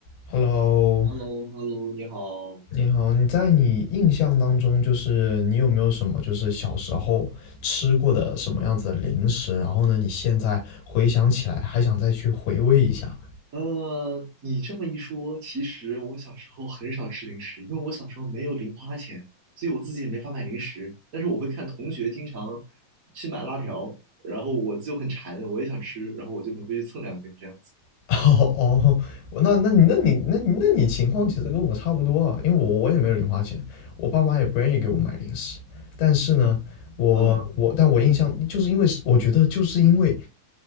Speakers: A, on the left; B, on the right.
A: Hello，
B: h e l l o h e l l o 你好。
A: 你好，你在你印象当中，就是你有没有什么就是小时候吃过的什么样子的零食？然后呢，你现在回想起来还想再去回味一下。
B: 呃，你这么一说，其实我小时候很少吃零食，因为我小时候没有零花钱，所以我自己也没法买零食。但是我会看同学经常去买辣条，然后我就很馋，我也想吃，然后我就可能会去蹭两根这样子。
A: <laughs> 哦哦，我那那你那你那你那你情况其实跟我差不多啊，因为我我也没有零花钱，我爸妈也不愿意给我买零食。但是呢，我我但我印象就是因为是我觉得就是因为
B: 嗯